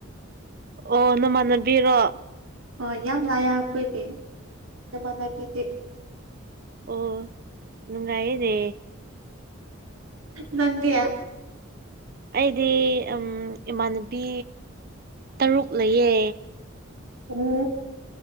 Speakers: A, on the right; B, on the right.
A: ꯑꯣ ꯅꯃꯥꯟꯅꯕꯤꯔꯣ
B: ꯑꯣ ꯌꯥꯝ ꯂꯥꯛꯌꯦ ꯑꯩꯈꯣꯏꯒꯤ ꯏꯃꯥꯟꯅꯅꯥꯕꯤꯗꯤ
A: ꯑꯣ ꯅꯨꯡꯉꯥꯏꯌꯦꯅꯦ
B: ꯅꯪꯗꯤ
A: ꯑꯩꯗꯤ ꯏꯃꯥꯟꯅꯕꯤ ꯇꯔꯨꯛ ꯂꯩꯌꯦ
B: ꯎ